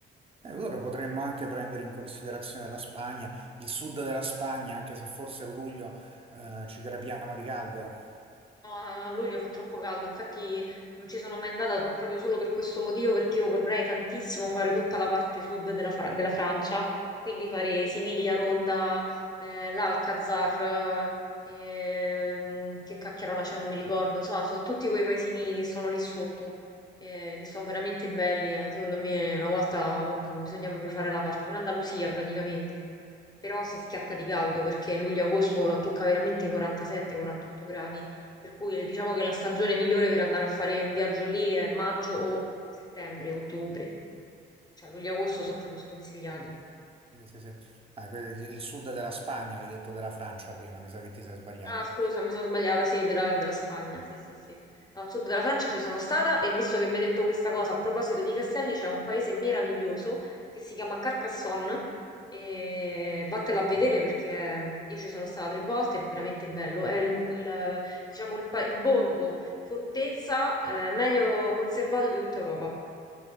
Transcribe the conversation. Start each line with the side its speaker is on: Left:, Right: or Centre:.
Right: eh, allora potremmo anche prendere in considerazione la Spagna, il sud della Spagna, anche se forse a luglio, eh, ci crepiamo di caldo.
Left: No, a luglio fa troppo caldo, infatti non ci sono mai andata proprio solo per questo motivo, perché io vorrei tantissimo fare tutta la parte sud della, Fra- della Francia, quindi fare Siviglia, Ronda, eh, l'Alcazar, ehm, che cacchiarola c'è, non mi ricordo, insomma, sono tutti quei paesini che sono lì sotto, eh, che sono veramente belli, eh. Secondo me una volta bisogna proprio fare la parte, l'Andalusia praticamente però si schiatta di caldo perché luglio-agosto tocca veramente i 47-48 gradi, per cui diciamo che la stagione migliore per andare a fare un viaggio lì è maggio o settembre, ottobre, cioè luglio-agosto sono proprio sconsigliati.
Right: Sì, sì, sì. Ah, per il, il sud della Spagna, hai detto della Francia prima, mi sa che ti sei sbagliata.
Left: Ah, scusa, mi sono sbagliata, sì, della, della Spagna, sì, sì, sì. No, al sud della Francia ci sono stata e visto che mi ha detto questa cosa, a proposito di castelli, c'è un paese meraviglioso che si chiama Carcassonne e vattela a vedere
Right: Mm.
Left: perché io ci sono stata tre volte, è veramente bello. È il, il, diciamo, il, pa- il borgo, fortezza, eh, meglio conservato di tutta Europa.